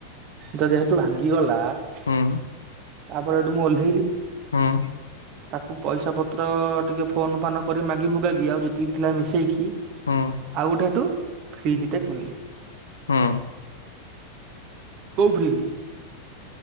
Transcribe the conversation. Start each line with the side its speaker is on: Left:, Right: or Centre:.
Right: ତ ଯେହେତୁ ଭାଙ୍ଗିଗଲା ତାପରେ
Left: ହୁଁ
Right: ହେଠୁ ମୁଁ ଓହ୍ଲେଇଲି।
Left: ହୁଁ
Right: ତାକୁ ପଇସା ପ ତ୍ର ଟିକେ ଫୋନ୍ ଫାନ କରି ମାଗି ମୁଗାଗି ଆଉ ଯେତିକି ଥିଲା ମିଶେଇକି
Left: ହୁଁ
Right: ଆଉ ଗୁଟାଠୁ ଫ୍ରିଜ୍ ଟେ କିଣିଲି।
Left: ହୁଁ।
Right: କୋଉ ଫ୍ରୀଜ୍?